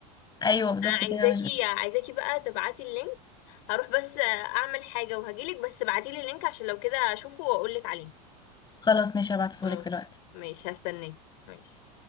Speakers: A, on the left; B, on the left.
A: ايوه بالظبط
B: انا عايزاكي
A: كده مش بت...
B: عايزاكي بقى تبعتي اللينك هروح بس اعمل حاجة وهجيلك بس ابعتيلي اللينك عشان لو كده اشوفه واقولك عليه
A: خلاص ماشي هبعتهولك
B: خلاص
A: دلوقتي
B: ماشي هستناك ماشي